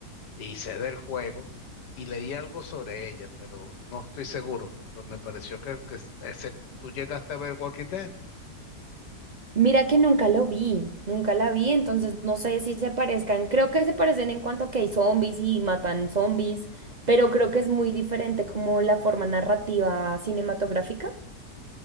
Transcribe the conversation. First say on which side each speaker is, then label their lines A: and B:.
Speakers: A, on the left; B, on the right.
A: hice del juego y leí algo sobre ella, pero no estoy seguro. Me, pues, me pareció que, que ese- tú llegaste a ver Walking Dead.
B: Mira que nunca lo vi, nunca la vi, entonces no sé si se parezcan. Creo que se parecen en cuanto que hay zombies y matan zombies, pero creo que es muy diferente como la forma narrativa cinematográfica.